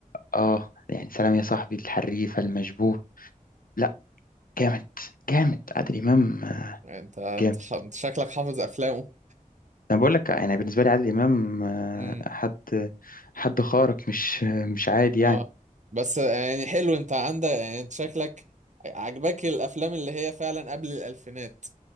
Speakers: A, on the left; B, on the right.
A: آه يعني سلام يا صاحبي الحريفة المشبوه لا جامد جامد عادل إمام آه،
B: انت انت,
A: جامد
B: ح- انت شكلك حافظ افلامه
A: أنا بقول لك يعني بالنسبة لي عادل إمام آه،
B: امم
A: حد حد خارق مش آه، مش عادي يعني
B: اه بس يعني حلو انت عندك يعني انت شكلك عجبك الافلام اللي هي فعلا قبل الالفينات